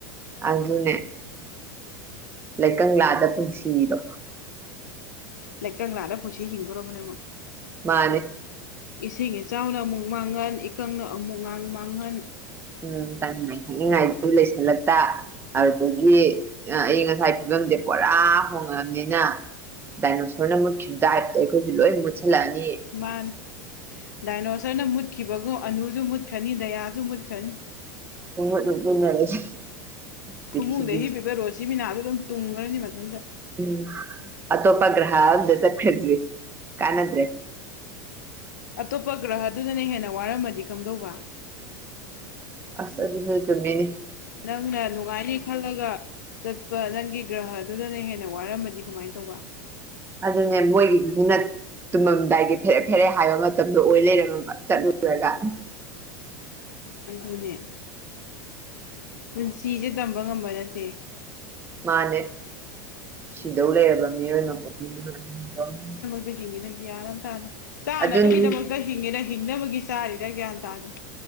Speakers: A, on the right; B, on the left.
A: ꯑꯗꯨꯅꯦ ꯂꯩ ꯀꯪꯂꯥꯗ ꯄꯨꯟꯁꯤꯗꯣ
B: ꯂꯩꯀꯪꯂꯥꯗ ꯄꯨꯟꯁꯤ ꯍꯤꯡꯗꯧꯔꯕꯅꯦ ꯃꯣꯏ
A: ꯃꯥꯅꯦ
B: ꯏꯁꯤꯡ ꯏꯆꯥꯎꯅ ꯑꯃꯨꯛ ꯃꯥꯡꯍꯟ ꯏꯀꯪꯅ ꯑꯃꯨꯛ ꯉꯥꯡ ꯃꯥꯡꯍꯟ
A: ꯎꯝ ꯆꯥꯅꯤꯡꯉꯥꯏ ꯊꯛꯅꯤꯡꯉꯥꯏꯖꯨ ꯂꯩꯁꯜꯂꯛꯇ ꯑꯗꯨꯗꯒꯤ ꯑ ꯑꯏꯪ ꯑꯁꯥꯏ ꯐꯤꯕꯝꯖꯦ ꯄꯨꯔꯥ ꯍꯣꯡꯉꯛꯑꯕꯅꯤꯅ ꯗꯥꯏꯅꯣꯁꯣꯔꯅ ꯃꯨꯠꯈꯤꯕ ꯇꯥꯏꯞꯇꯣ ꯑꯩꯈꯣꯏꯖꯨ ꯂꯣꯏ ꯃꯨꯠꯁꯜꯂꯛꯑꯅꯤ
B: ꯃꯥꯅꯤ ꯗꯥꯏꯅꯣꯔꯁꯔꯅ ꯃꯨꯠꯈꯤꯕꯒꯨꯝ ꯑꯅꯨꯖꯨ ꯃꯨꯠꯈ꯭ꯔꯅꯤ ꯗꯌꯥꯖꯨ ꯃꯨꯠꯈ꯭ꯔꯅꯤ
A: ꯄꯨꯡꯃꯨꯠ ꯃꯨꯠꯃꯤꯟꯅꯔꯁꯤ ꯄ꯭ꯔꯤꯊꯤꯕꯤꯁꯦ
B: ꯐꯃꯨꯡꯗ ꯍꯤꯞꯄꯤꯕ ꯔꯣꯁꯤꯕꯤꯅꯥꯖꯨ ꯑꯗꯨꯝ ꯇꯨꯝꯒ꯭ꯔꯅꯤ ꯃꯊꯟꯗ
A: ꯎꯝ ꯑꯇꯣꯄ ꯒ꯭ꯔꯍ ꯑꯝꯗ ꯆꯠꯈ꯭ꯔꯁꯤ ꯀꯥꯟꯗ꯭ꯔꯦ
B: ꯑꯇꯣꯞꯄ ꯒ꯭ꯔꯍ ꯗꯨꯅꯅꯤ ꯍꯦꯟꯅ ꯋꯥꯔꯝꯃꯗꯤ ꯀꯝꯗꯧꯕ
A: ꯑꯁ ꯑꯗꯨꯁꯨ ꯆꯨꯝꯃꯤꯅꯦ
B: ꯅꯪꯅ ꯅꯨꯡꯉꯥꯏꯅꯤ ꯈꯜꯂꯒ ꯆꯠꯄ ꯅꯪꯒꯤ ꯒ꯭ꯔꯍꯗꯨꯅ ꯍꯦꯟꯅ ꯋꯥꯔꯝꯃꯗꯤ ꯀꯃꯥꯏ ꯇꯧꯕ
A: ꯑꯗꯨꯅꯦ ꯃꯣꯏꯒꯤꯗꯨꯗꯤ ꯅꯠ ꯇꯨꯝꯃꯝꯗꯥꯏꯒꯤ ꯐꯦꯔꯦ ꯐꯦꯔꯦ ꯍꯥꯏꯕ ꯃꯇꯝꯗꯣ ꯑꯣꯏ ꯂꯩꯔꯝꯃꯕ ꯆꯠꯂꯨꯔꯒ
B: <inaudible> ꯑꯗꯨꯅꯦ ꯄꯨꯟꯁꯤꯖꯦ ꯇꯝꯕ ꯉꯝꯕ ꯅꯠꯇꯦ
A: ꯃꯥꯅꯦ ꯁꯤꯗꯧ ꯂꯩꯔꯕ ꯃꯤꯑꯣꯏ ꯃꯄꯣꯛ <unintelligible>
B: ꯍꯤꯡꯉꯤꯅ ꯒ꯭ꯌꯥꯟ ꯑꯃ ꯇꯥ ꯆꯥꯅꯕꯒꯤꯗꯃꯛ
A: ꯑꯗꯨꯅꯤ
B: ꯍꯤꯡꯉꯦꯅ ꯍꯤꯡꯅꯕꯒꯤ ꯆꯥꯔꯤꯔꯥ ꯒ꯭ꯌꯥꯟ ꯇꯥꯗ꯭ꯔꯦ